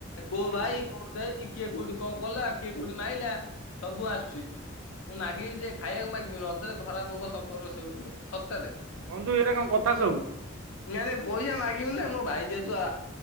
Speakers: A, on the left; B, on the right.
A: କୋଉ
B: ଆଜ୍ଞା
A: ଭାଇ କୋଉ ଦେଇ କିଏ କୋଉଠି କଣ କଲା କିଏ କୋଉଠି ମାଇଁଲା ସବୁ ଆସୁଛି। ମୁଁ ମାଗିବି ଯେ ଖାଇବାକୁ ମାଗି ବିନି ନ ଦେଲେ ଖରାପ ହବ ସମ୍ପର୍କ ସେଇଠୁ ଆଉ ସତରେ
B: ବନ୍ଧୁ ଏଇଟା କଣ କଥା ସବୁ?
A: ନାଇଁ ନାଇଁ ପଇସା ମାଗିବୁନା ମୋଭାଇ ଯେହେତୁ ଆ